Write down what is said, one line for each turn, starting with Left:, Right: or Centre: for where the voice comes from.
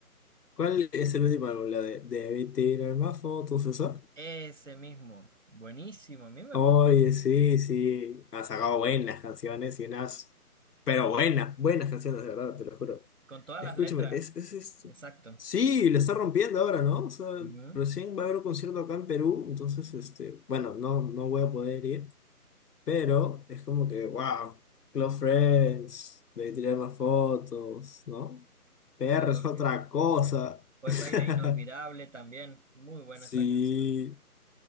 Left: ¿Cuál es el último álbum? ¿La de Debí tirar más fotos, esa?
Right: Ese mismo, buenísimo, a mí me
Left: Oye,
Right: gustó.
Left: sí, sí. Ha sacado buenas canciones y unas. Pero buenas, buenas canciones, de verdad, te lo juro.
Right: Con todas
Left: Escúchame,
Right: las letras,
Left: es, es, es-
Right: exacto.
Left: Sí, le está rompiendo ahora, ¿no? O sea,
Right: Ujú.
Left: recién va a haber un concierto acá en Perú, entonces, este, bueno, no, no voy a poder ir, pero es como que, wow, Close Friends, debí tirar más fotos, ¿no? PR
Right: O,
Left: es otra cosa.
Right: o
Left: <laughs>
Right: el baile inolvidable también, muy buena
Left: Sí.
Right: esa canción.